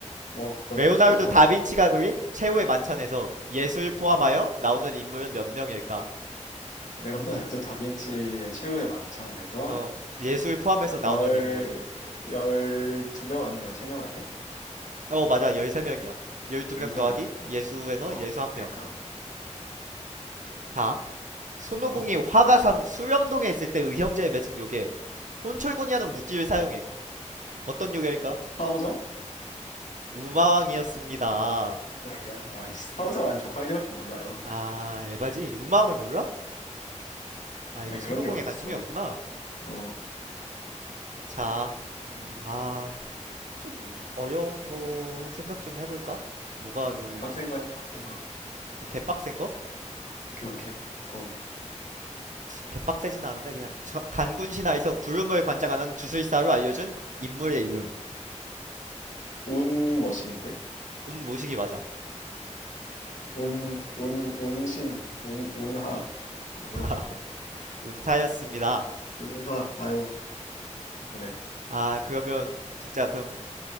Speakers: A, on the left; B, on the right.
A: 뭐, 넌
B: 레오나르도
A: 센스도 좋아.
B: 다빈치가 그린 최후의 만찬에서
A: 어,
B: 예술 포함하여
A: 어.
B: 나오는 인물은 몇 명일까?
A: 레오나르도 다빈치의 최후의 만찬에서
B: 어, 예술 포함해서 나오는
A: 열,
B: 인물.
A: 열두 명 아니면 열세 명 아니야?
B: 어, 맞아. 13명이야. 12명
A: 열세
B: 더하기
A: 명.
B: 예수에서
A: 어,
B: 예수 한명
A: 그러니까.
B: 자, 손오공이
A: 그
B: 화가삼 수렴동에 있을 때 의형제에 맺은 요괴. 혼철군이 하는 무기를 사용해. 어떤 요괴일까?
A: 사오정?
B: 우마왕이었습니다.
A: 야 아이, 사오정 안 저팔개밖에 몰라요.
B: 아, 에바지? 우마왕을 몰라? 아,
A: 아니,
B: 이거 손오공에
A: 그런 게 어딨어.
B: 관심이 없구나.
A: 어,
B: 자, 음, 아. 좀 어려운 거 생각 좀 해볼까? 뭐가
A: 음,
B: 좋으려나?
A: 빡센 거 해봐, 빡센 거.
B: 개빡센 거?
A: 오케이, 오케이. 고.
B: 개빡세진 않은데 그냥 저- 단군 신화에서 구름을 관장하는 주술사로 알려준 인물의 이름
A: 운 머신인데?
B: 운 모시기 맞아
A: 운, 운, 운신, 운, 운하. 뭐 그런
B: <laughs>
A: 건데.
B: 운사였습니다
A: 운사, 아이고, 그래.
B: 아 그러면 진짜 그럼